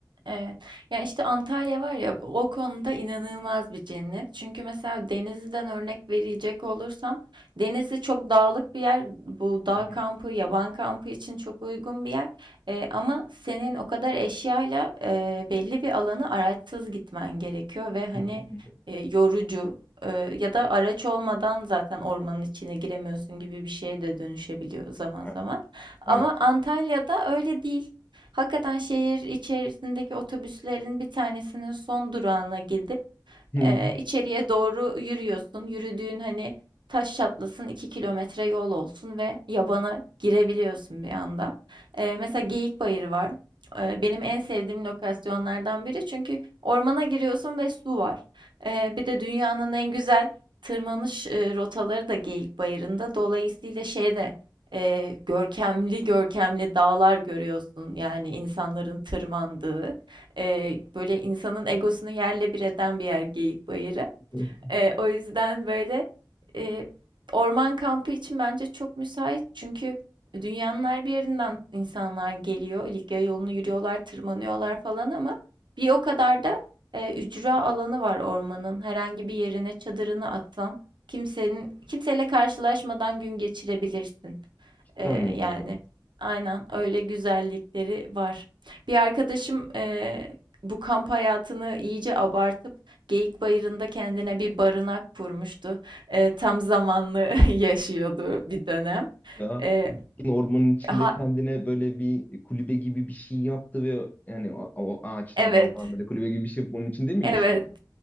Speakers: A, on the right; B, on the left.
A: Evet. Ya işte Antalya var ya o konuda inanılmaz bir cennet. Çünkü mesela Denizli'den örnek verecek olursam Denizli çok dağlık bir yer. Bu dağ
B: Hı hı,
A: kampı, yaban kampı için çok uygun bir yer. Ee, ama senin o kadar eşyayla e, belli bir alanı araçsız gitmen gerekiyor ve hani
B: hı hı, hı hı.
A: e, yorucu e, ya da araç olmadan zaten ormanın içine giremiyorsun gibi bir şeye de dönüşebiliyor zaman
B: Ha,
A: zaman. Ama
B: Evet.
A: Antalya'da öyle değil. Hakikaten şehir içerisindeki otobüslerin bir tanesinin son durağına gidip
B: Hı hı.
A: eee, içeriye doğru yürüyorsun. Yürüdüğün hani taş çatlasın 2 kilometre yol olsun ve yabana girebiliyorsun bir anda. Eee, mesela Geyikbayırı var. Eee, benim en sevdiğim lokasyonlardan biri çünkü ormana giriyorsun ve su var. Eee, bir de dünyanın en güzel tırmanış, eee, rotaları da Geyik Bayırında. Dolayısıyla şeyde eee görkemli görkemli dağlar görüyorsun yani insanların tırmandığı. Eee, böyle, insanın egosunu yerle bir eden bir yer geyik Geyikbayırı.
B: <laughs>
A: Eee, o yüzden böyle, eee, orman kampı için bence çok müsait. Çünkü dünyanın her bir yerinden insanlar geliyor. Likya yolunu yürüyorlar, tırmanıyorlar falan ama bir o kadar da, eee, ücra alanı var ormanın. Herhangi bir yerine çadırını atsan kimsenin kimseyle karşılaşmadan gün geçirebilirsin.
B: Cidden
A: Eee,
B: mi
A: yani
B: ya?
A: aynen öyle güzellikleri var. Bir arkadaşım, eee, bu kamp hayatını iyice abartıp Geyikbayırı'nda kendine bir barınak kurmuştu. Eee, tam zamanlı <laughs> yaşıyordu bir dönem.
B: Ya
A: Eee,
B: yine ormanın içinde
A: ha
B: kendine böyle bir kulübe gibi bir şey yaptı ve yani o, o ağaçlardan
A: evet,
B: falan böyle kulübe gibi bir şey yapıp onun içinde mi
A: evet.
B: yaşıyordu?